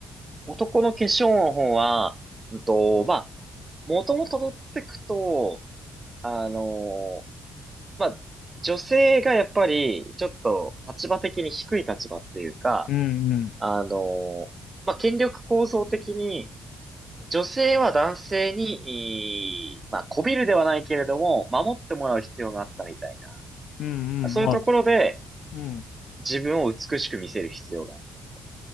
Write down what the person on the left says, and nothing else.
うんうん。
うんうん。
まあ、うん。